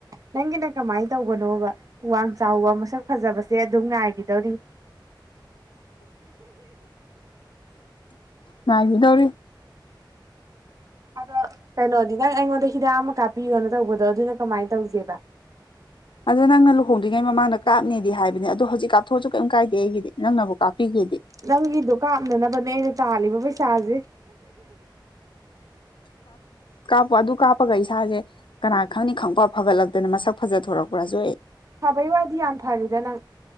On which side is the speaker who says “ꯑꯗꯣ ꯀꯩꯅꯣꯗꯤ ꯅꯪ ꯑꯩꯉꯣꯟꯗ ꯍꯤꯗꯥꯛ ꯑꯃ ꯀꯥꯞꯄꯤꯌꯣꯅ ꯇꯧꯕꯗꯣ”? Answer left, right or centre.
Right